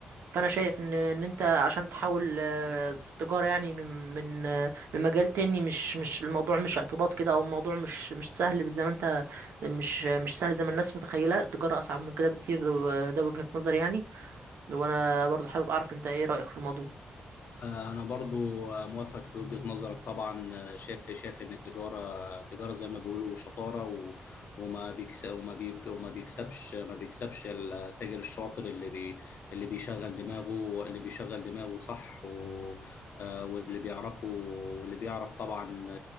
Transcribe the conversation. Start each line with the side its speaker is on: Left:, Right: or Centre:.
Right: فانا شايف ان ان انت عشان تحاول آه، في التجاره يعني من من آه، من مجال تاني مش مش الموضوع مش اعتباط كده او الموضوع مش مش سهل زي ما انت مش مش سهل زي ما الناس متخيله التجاره اصعب من كده بكتير وده وجهه نظري يعني وانا برضو حابب اعرف انت ايه رايك في الموضوع
Left: آه، أنا برضو آه، موافق في وجهة نظرك طبعا آه، شايف شايف إن التجارة تجارة زي ما بيقولوا شطارة و- وما بيكس وما بيك وما بيكسبش ما بيكسبش التاجر الشاطر اللي بي اللي بيشغل دماغه اللي بيشغل دماغه صح و آه، واللي بيعرفه واللي بيعرف طبعا آه،